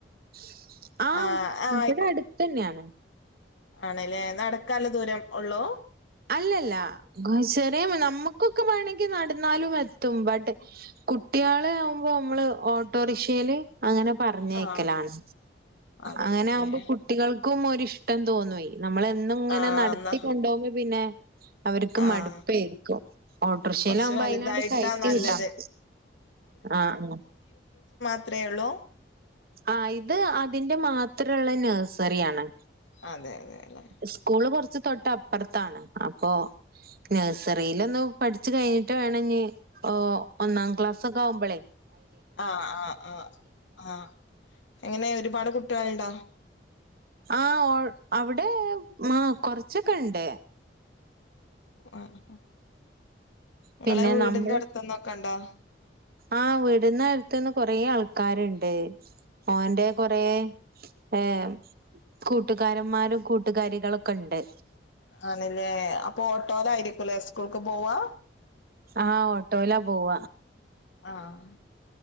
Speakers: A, on the right; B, on the left.
A: <inaudible> ആം
B: ആ ആ
A: ഇവിടെ അടുത്തന്നെയാണ്
B: ആണല്ലേ നടക്കാല ദൂരം ഉള്ളോ
A: അല്ലല്ല ചെറിയ നമ്മുക്കൊക്കെ വേണമെങ്കിൽ നടന്നാലും എത്തും ബട്ട് കുട്ടികള് ആവുമ്പോ നമ്മള് ഓട്ടോറിക്ഷയില് അങ്ങനെ പറഞ്ഞക്കലാണ്
B: ആഹ് അതെ
A: അങ്ങനെ
B: അതെല്ലേ
A: ആകുമ്പോ കുട്ടികൾക്കും ഒരു ഇഷ്ടം തോന്നുവയി നമ്മളും ഇങ്ങനെ
B: ആഹ്
A: നടത്തി
B: എന്നാ
A: കൊണ്ടുപകുമ്പോ പിന്നെ അവർക്ക്
B: ആഹ്
A: മടുപ്പായിരിക്കും ഓട്ടോറിക്ഷയില
B: കൊറച്ച്
A: ആകുമ്പോ
B: വലുതായിട്ടാ
A: ആയിനെങ്ങാട്ട് കയറ്റി
B: നല്ലത്
A: വിട്ടാൽ മതി ആഹ് ആഹ്
B: അത്രേ ഉള്ളോ
A: ആ ഇത് അതിന്റെ മാത്രമുള്ള നഴ്സറിയാണ്
B: അതെ അതെ അല്ലെ
A: സ്കൂള് കുറച്ച് സ് തൊട്ട് അപ്പുറത്താണ് അപ്പൊ നഴ്സറിൽ ഒന്ന് പഠിച്ചു കഴിഞ്ഞിട്ട് വേണം ഇനി ഒന്നാം ക്ലാസ് ഒക്കെ ആകുമ്പോളേ
B: ആഹ് ആഹ് ആ ആ എങ്ങനെ ഒരുപാട് കു വേണ്ട
A: ആ അവിടെ ആഹ് കൊറച്ചൊക്കെ ഇണ്ട്
B: ആഹ് നിങ്ങളെ
A: പിന്നെ
B: വീടിന്റെ
A: നമ്മള്
B: അടുത്ത്ന്നൊക്കെ ഉണ്ടോ
A: ആഹ് വിടിന് തിന്ന് കൊറെ ആൾക്കാരുണ്ട് ഓന്റെ കുറേ ഏഹ് കൂട്ടുകാരന്മാരും കൂട്ടുകാരികളൊക്കെ ഉണ്ട്
B: ആണല്ലേ അപ്പൊ ഓട്ടോയില് ആയിരിക്കൂല്ലേ സ്കുൾക്ക് പോവാ
A: ആഹ് ഓട്ടോയിലാ പോവ
B: ആഹ്